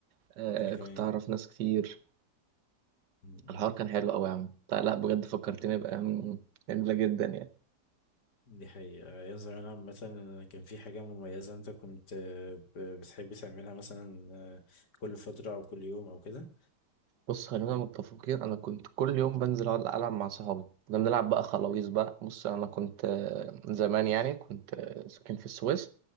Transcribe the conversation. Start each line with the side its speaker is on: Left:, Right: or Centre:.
Right: آه
Left: انا كمان
Right: كنت أعرف ناس كتير
Left: م- م.
Right: الحوار كان حلو قوي يا عم لا لا بجد فكرتني بأيام جميلة جدا يعني
Left: دي حقيقة أيام زمان عامة أنا كان في حاجة مميزة أنت كنت آه، ب- بتحب تعملها مثلا آه، كل فترة أو كل يوم أو كده
Right: بص خلينا متفقين أنا كنت كل يوم بنزل أقعد ألعب مع صحابي كنا بنلعب بقى خلاويص
Left: أيوة.
Right: بقى بص أنا كنت آه، زمان يعني كنت آه، ساكن في السويس